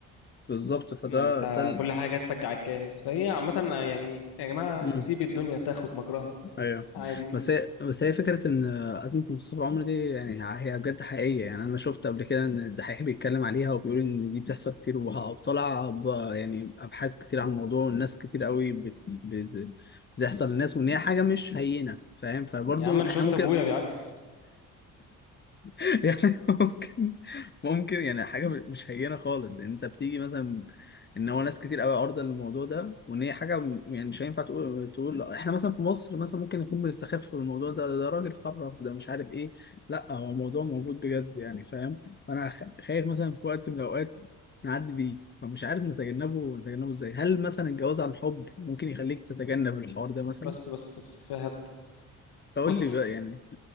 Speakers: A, on the left; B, on the left.
A: بالظبط فده
B: ما انت
A: ده
B: كل حاجه جات لك على الجاهز فهي عامه يعني يا جماعه
A: ال...
B: نسيب الدنيا تاخد مجراها
A: ايوه
B: عادي
A: بس هي بس هي فكره ان ازمه منتصف العمر دي يعني هي بجد حقيقيه يعني انا شفت قبل كده ان الدحيح بيتكلم عليها وبيقول ان دي بتحصل كتير وه- وطلع ب- يعني ابحاث كتير عن الموضوع والناس كتير قوي بت... بت... بتحصل للناس وان هي حاجه مش هينه فاهم فبرضو
B: يا عم انا
A: احنا
B: شفت
A: ممكن
B: ابويا بيعدي
A: <laughs> يعني ممكن ممكن يعني حاجة مش هينة خالص يعني انت بتيجي مثلا ان هو ناس كتير قوي عارضة للموضوع ده وان هي حاجة م- يعني مش هينفع تقول تقول احنا مثلا في مصر مثلا ممكن نكون بنستخف في الموضوع ده ده راجل خرف ده مش عارف ايه لا هو موضوع موجود بجد يعني فاهم فانا خ- خايف مثلا في وقت من الاوقات نعدي بيه فمش عارف نتجنبه نتجنبه ازاي هل مثلا الجواز عن حب ممكن يخليك تتجنب الحوار
B: <laughs>
A: ده مثلا
B: بس بس بس كفايه هبد
A: فقول
B: بص
A: لي بقى يعني